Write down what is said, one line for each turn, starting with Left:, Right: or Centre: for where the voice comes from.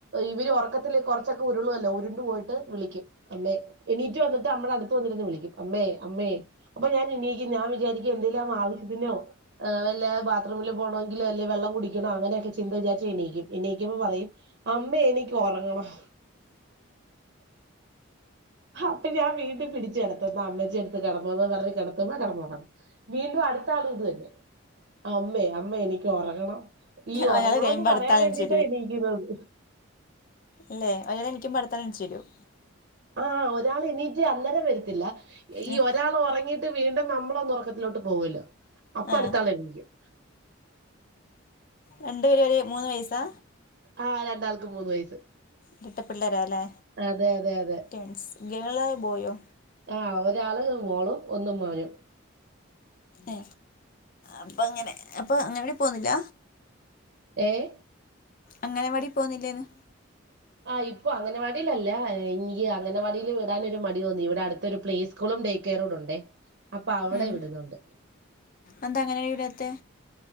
Right: ഇവർ ഉറക്കത്തില് കുറച്ചൊക്കെ ഉരുളോല്ല ഉരുണ്ട് പോയിട്ട് വിളിക്കും അമ്മേ എണീറ്റ് വന്നിട്ട് നമ്മളെ അടുത്ത് വന്നിരുന്ന് വിളിക്കും അമ്മേ അമ്മേ അപ്പൊ ഞാൻ എണീക്കും ഞാൻ വിചാരിക്കും എന്തേലും ആവശ്യത്തിനോ വല്ല ബാത്രൂമില് പോണമെങ്കിലൊ അല്ലെ വെള്ളം കുടി ക്കണോ അങ്ങനെയൊക്കെ ചിന്ത വിചാച്ച് എണീക്കും എണീക്കുമ്പോ പറയും അമ്മേ എനിക്ക് ഉറങ്ങണം അപ്പ ഞാൻ വീണ്ടും പിടിച്ച്കിടത്തുംന്നാ അമ്മന്റെ എടുത്ത് കെടന്നൊന്ന് പറഞ് കിടത്തുമ്പോ കിടന്നുറങ്ങും വീണ്ടും അടുത്താളും ഇത് തന്നെ അമ്മേ അമ്മേ എനിക്ക് ഒറങ്ങണം ഈ ഒറങ്ങണന്ന്
Left: ഒരാള് കഴിയുമ്പോ
Right: പറയാൻ
Left: അടുത്ത ആള്
Right: വേണ്ടിട്ടാ
Left: എണീച്ച്
Right: എണീക്കുന്നത്
Left: ല്ലേ ഒരാൾ എനിക്കുമ്പോ അടുത്താൾ എണീച്ച് വരും
Right: ആഹ് ഒരാൾ എണീറ്റ് അന്നേരം വരത്തില്ല ഈ
Left: ഉം
Right: ഒരാൾ ഒറങ്ങിയിട്ട് വീണ്ടും ഒ നമ്മളൊന്ന് ഒറക്കത്തിലോട്ട് പോകല്ലോ അപ്പൊ
Left: ആഹ്
Right: അടുത്താൾ എണീക്കും
Left: രണ്ടുപേരും ഒരേ മൂന്ന് വയസ്സാ
Right: ആഹ് രണ്ടാൾക്കും മൂന്ന് വയസ്സ്
Left: ഇരട്ട പിള്ളേരാല്ലേ
Right: അതെ അതെ അതെ
Left: ഗേൾസ് ഗേളോ ബോയോ
Right: ആഹ് ഒരാള് മോളും ഒന്നും മോനും
Left: ഏ അപ്പ അങ്ങനെ അപ്പൊ അംഗണവാടീ പോവുന്നില്ല
Right: ഏഹ്
Left: അംഗണവാടി പോകുന്നില്ലേന്ന്
Right: ആഹ് ഇപ്പൊ അങ്ങനവാടിൽ അല്ല ഇനിക്ക് അങ്ങനവാടിയിൽ വിടാനൊരു മടി തോന്നി ഇവിടെ അടുത്തൊരു പ്ലേസ് സ്കൂളും ഡേക്കേറും കൂടെ ഉണ്ടേ അപ്പൊ അവടെ
Left: ഉം
Right: വിടുന്നുണ്ട്
Left: എന്താ അങ്ങനെ വിടാത്തെ